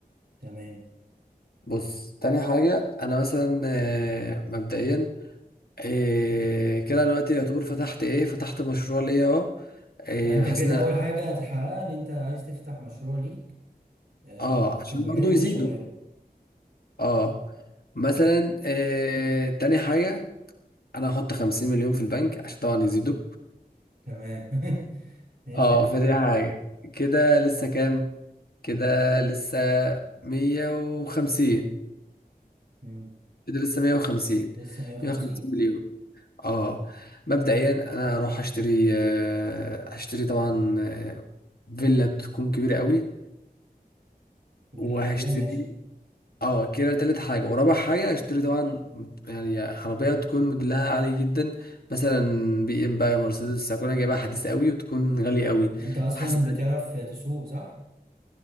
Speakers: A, on the right; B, on the left.
A: تمام
B: بص تاني حاجة أنا مثلا آه، مبدئيا آه، كده أنا دلوقتي يعتبر فتحت إيه فتحت مشروع ليا أهو آه،
A: يعني انت
B: حاسس
A: كده
B: إن
A: اول
B: أنا-
A: حاجة هتحققها ان انت عايز تفتح مشروع ليك آه،
B: أه عشان
A: في المجال
B: برضو
A: اللي
B: يزيدوا
A: انت شغاله
B: أه مثلا آه، تاني حاجة أنا هحط خمسين مليون في البنك عشان طبعا يزيدوا
A: تمام <laughs> ماشي
B: أه
A: يا عم
B: فدي حاجة كده لسه كام كده لسه مية وخمسين
A: مم.
B: كده لسه مية وخمسين
A: لسه 150
B: مية وخمسين اه مبدئيا انا هروح اشتري آه، هشتري طبعا آه، فيلا تكون كبيره قوي وهشتري
A: فيلا كبيرة ماشي
B: اه كده تالت حاجه ورابع حاجه هشتري طبعا يعني عربيه تكون موديلها عالي جدا مثلا بي ام بقى مرسيدس هكون أنا جايبها حديثه قوي وتكون غاليه قوي
A: انت اصلا
B: حاسس إن-
A: بتعرف تسوق صح؟